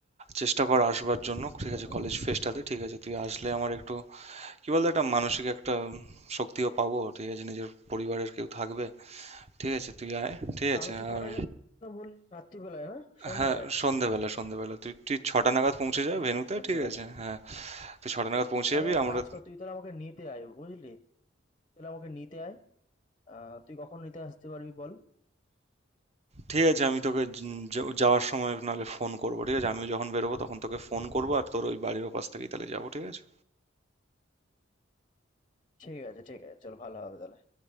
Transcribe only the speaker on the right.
চেষ্টা কর আসবার জন্য ঠিক আছে
কলেজ ফেস্টাতে ঠিক আছে তুই আসলে আমার একটু কি বলতো একটা মানসিক একটা শক্তিও পাবো ঠিক আছে নিজের পরিবারের কেউ থাকবে ঠিক আছে তুই আয় ঠিক
আছে আর
হ্যাঁ সন্ধেবেলা সন্ধেবেলা তুই তুই ছটা নাগাদ পৌঁছে যা ভেন্যুতে
ঠিক আছে হ্যাঁ তুই ছটা নাগাদ পৌঁছে
যাবি
আমরা
ঠিক আছে আমি তোকে য- য- যাওয়ার সময় নাহলে ফোন করবো ঠিক আছে আমিও যখন বেরোবো তখন তোকে ফোন করবো আর তোর ওই বাড়ির ওপাশ থেকেই তাহলে যাবো ঠিক আছে